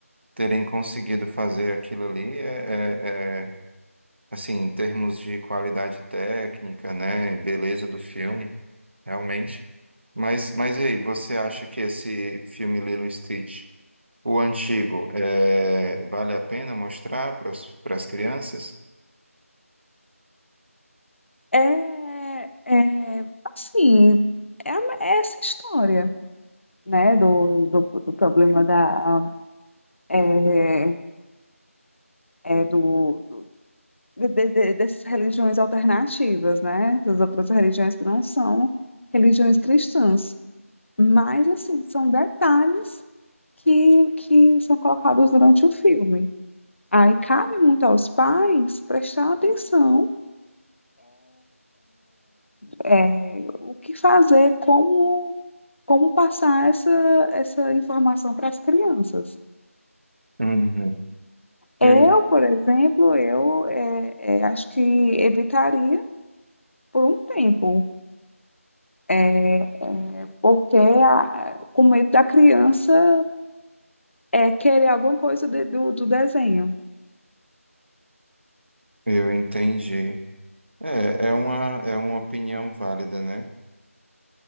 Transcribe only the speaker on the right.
terem conseguido fazer aquilo ali é, é- é Assim, em termos de qualidade técnica, né, e beleza do filme, realmente. Mas, mas e aí, você acha que esse filme Lilo e Stitch, o antigo, é, vale a pena mostrar para as crianças?
Uhum. Eu,
eu entendi. É, é uma, é uma opinião válida, né?